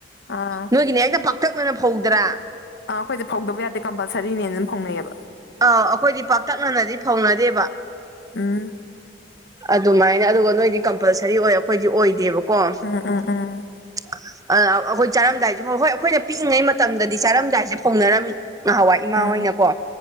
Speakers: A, on the left; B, on the right.
A: ꯑꯥ
B: ꯅꯣꯏꯒꯤꯅ ꯍꯦꯛꯇ ꯄꯥꯛꯇꯛꯅꯅ ꯐꯧꯗ꯭ꯔꯥ
A: ꯑꯥ ꯑꯈꯣꯏꯗꯤ ꯐꯧꯗꯕ ꯌꯥꯗꯦ ꯀꯝꯄꯜꯁꯔꯤꯅꯦꯅ ꯑꯗꯨꯝ ꯐꯧꯅꯩꯌꯦꯕ
B: ꯑꯧ ꯑꯈꯣꯏꯗꯤ ꯄꯥꯛꯇꯛꯅꯅꯗꯤ ꯐꯧꯅꯗꯦꯕ
A: ꯎꯝ
B: ꯑꯗꯨꯃꯥꯏꯅ ꯑꯗꯨꯒ ꯅꯣꯏꯗꯤ ꯀꯝꯄꯜꯁꯔꯤ ꯑꯣꯏ ꯑꯈꯣꯏꯗꯤ ꯑꯣꯏꯗꯦꯕꯀꯣ ꯑꯥ
A: ꯎꯝ ꯎꯝ ꯎꯝ
B: ꯑꯈꯣꯏ ꯆꯥꯔꯝꯗꯥꯏꯁꯦ ꯍꯣꯏ ꯑꯈꯣꯏꯅ ꯄꯤꯛꯏꯉꯩ ꯃꯇꯝꯗꯗꯤ ꯆꯥꯔꯝꯗꯥꯏꯁꯦ ꯐꯧꯅꯔꯝꯃꯤ ꯅꯍꯥꯋꯥꯏ ꯏꯃꯥ
A: ꯎꯝ
B: ꯍꯣꯏꯅꯀꯣ